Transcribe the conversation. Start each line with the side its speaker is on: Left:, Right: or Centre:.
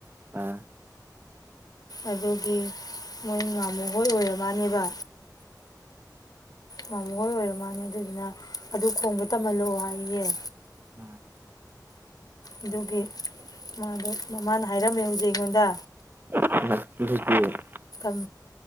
Right: ꯑ
Left: ꯑꯗꯨꯒꯤ ꯃꯣꯏ ꯉꯥꯃꯨꯍꯣꯏ ꯑꯣꯏꯔꯃꯅꯦꯕ ꯃꯥꯃꯣ ꯍꯣꯏ ꯑꯣꯏꯔ ꯃꯥꯜꯅꯤ ꯑꯗꯨꯗꯨꯅ ꯑꯗꯨ ꯈꯣꯡꯕ ꯇꯝꯍꯜꯂꯑꯣ ꯍꯥꯏꯌꯦꯌꯦ
Right: ꯑꯥ
Left: ꯑꯗꯨꯒꯤ ꯃꯥꯗꯣ ꯃꯃꯥꯅ ꯍꯥꯏꯔꯝꯃꯦ ꯍꯧꯖꯤꯛ ꯑꯩꯉꯣꯟꯗ
Right: <unintelligible>
Left: ꯎꯝ